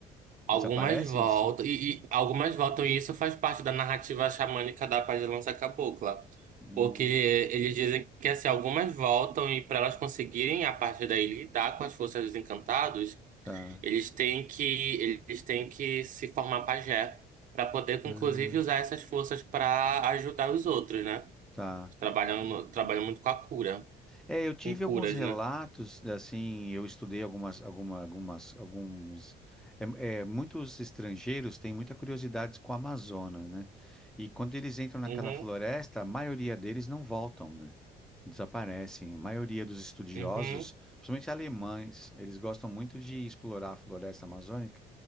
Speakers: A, on the right (about 50°); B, in the centre.
A: algumas
B: Desaparecem?
A: voltam,
B: Se-
A: e, e algumas voltam, e isso faz parte da narrativa xamânica da Paz de Lança Cabocla.
B: Hum,
A: Porque eles dizem que assim, algumas voltam e para elas conseguirem, a partir daí, lidar com as forças dos encantados.
B: tá.
A: Eles têm que, eles têm que se formar pajé para poder, inclusive,
B: Ah,
A: usar essas forças para ajudar os outros, né?
B: tá.
A: Trabalham, no- trabalham muito com a cura,
B: É, eu tive
A: com curas,
B: alguns relatos,
A: né?
B: assim, eu estudei algumas, alguma, algumas, alguns, é, é, muitos estrangeiros têm muita curiosidade com a Amazônia, né? E quando eles entram naquela
A: Uhum,
B: floresta, a maioria deles não voltam, né? Desaparecem. A maioria dos estudiosos,
A: uhum.
B: principalmente alemães, eles gostam muito de explorar a floresta amazônica